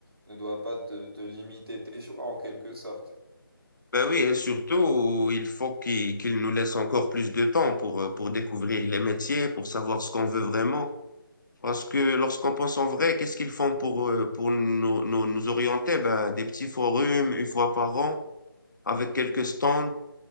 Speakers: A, on the right (about 85°); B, on the left (about 55°).
A: ne doit pas te, te limiter tes choix en quelque sorte.
B: Ben oui, et surtout, il faut qu'il qu'il nous laisse encore plus de temps pour, euh, pour découvrir les métiers, pour savoir ce qu'on veut vraiment. Parce que lorsqu'on pense en vrai, qu'est-ce qu'ils font pour, euh, pour nous, nous, nous orienter? Ben, des petits forums une fois par an, avec quelques stands,